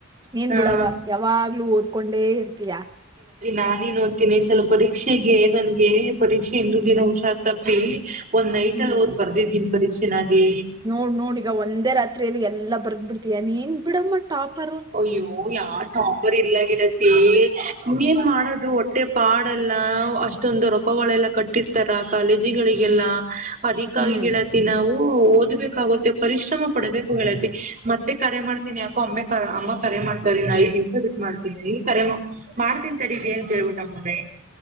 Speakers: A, on the right (about 20°); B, on the right (about 35°).
A: ನೀನ್ ಬಿಡವ
B: ಆ
A: ಯಾವಾಗ್ಲೂ ಓದ್ಕೊಂಡೇ ಇರ್ತಿಯ.
B: ನಾನೇನ ಓದ್ತೀನಿ ಈ ಸಲ ಪರೀಕ್ಷೆಗೆ ನನ್ಗೆ ಪರೀಕ್ಷೆ ಹಿಂದಿ ದಿನ ಹುಷಾರ್ ತಪ್ಪಿ. ಒಂದ್ ನೈಟಲ್ಲಿ
A: ಹ್ಮ್.
B: ಓದ್ ಬರೆದಿದ್ದೀನಿ ಬರೀಕ್ಷೆನ್ನಾಗಿ
A: ನೋಡ್ ನೋಡ್ ಈಗ ಒಂದೇ ರಾತ್ರಿಯಲಿ ಎಲ್ಲಾ ಬರ್ದ್ ಬಿಡ್ತೀಯ ನೀನ್ ಬಿಡಮ್ಮ. ಟಾಪರ್.
B: ಅಯ್ಯೋ ಯಾವ ಟಾಪರ್ ಇಲ್ಲಾಗಿರ. ತಿ ಇನ್ನೇನ್ ಮಾಡೋದು ಹೊಟ್ಟೆ ಪಾಡಲ್ಲ ಅಷ್ಟೊಂದು ರೊಕಗಳೆಲ್ಲ ಕಟ್ಟಿರ್ತಾರ ಕಾಲೇಜಿಗಳಿಗೆಲ್ಲ. ಅದಕ್ಕಾಗಿ
A: ಹ್ಮ್
B: ಗಿಳತಿ ನಾವು ಓದ್. ಬೇಕಾಗುತ್ತೆ. ಪರಿಶ್ರಮ ಪಡಬೇಕು ಹೇಳತೀ ಮತ್ತೆ ಕರೆ ಮಾಡ್ತೀನಿ ಯಾಕೋ. ಅಮ್ಮ ಕರೆ ಮಾಡ್ತಾರ್ ಇನ್ ಐದ್ ನಿಮಿಷ ಬಿಟ ಮಾಡ್. ಈ ಕರೆ <unintelligible> ಮಾಡ್ತೀನ್ ತಡೀರಿ ಎನ್ ಕೇಳ್ಬಿಟ್ಟ ಅಮ್ಮಂಗೆ.